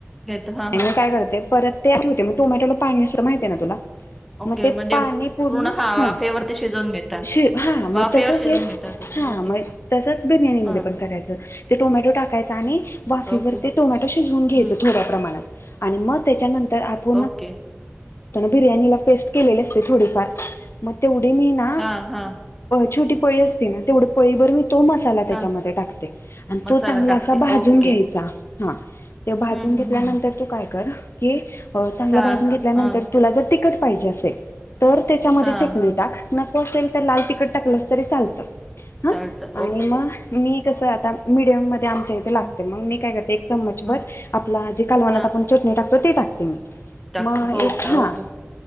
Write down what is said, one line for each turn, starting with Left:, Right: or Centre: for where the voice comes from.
Centre: घेत हा हा
Left: म काय करते परत ते होते मग टोमॅटोला पाणी सुद्धा माहिती आहे ना तुला
Centre: ओके
Left: मग ते
Centre: म्हणजे
Left: पाणी पूर्ण
Centre: वाफेवरती
Left: हा
Centre: शिजवून घेता
Left: शिव हा मग
Centre: वाफेवर
Left: तसच
Centre: शिजून
Left: हे
Centre: घेता तुम्ही
Left: हा
Centre: ओके
Left: मग तसंच बिर्याणी
Centre: हां.
Left: म पण करायचं ते टोमॅटो टाकायच आणि वाफीवर
Centre: ओके.
Left: ते टोमॅट घ
Centre: हं.
Left: प्र मग त्यार आप
Centre: ओके.
Left: बिर पेस्ट केले असते थोडीफार मग तेवढी मी ना
Centre: हां, हां,
Left: छट पळी असते ना तेवढं पळी बर मी तो मसाला
Centre: हां.
Left: त्यामध्ये टाकते आणि
Centre: मसाला
Left: तो चांगला
Centre: टाकते.
Left: असा भाजून
Centre: ओके.
Left: घ्याचा ते भाजून
Centre: हं,
Left: घेतल्यानंतर
Centre: हं, हं.
Left: तू काय कर की चांगलं
Centre: हां,
Left: भाजून घेतल्यानंतर
Centre: हां,
Left: तुला जर तट पाहिजे असेल तर त्याच्यामध्ये
Centre: हां,
Left: चटणी टाक नको असेल तर लाल तिखट टाकलंस तरी चालतं हां
Centre: चा
Left: आणि मग मी कसं आता मीडियम मध्ये आमच्या इथे लागते
Centre: हं,
Left: मग मी काय करते एक चमच भर
Centre: हां,
Left: आप जे कालवनात
Centre: हां.
Left: आपण चटणी टाकतो ते टाकते मी
Centre: टाक
Left: मग
Centre: हो
Left: एक
Centre: का?
Left: हा
Centre: ओके.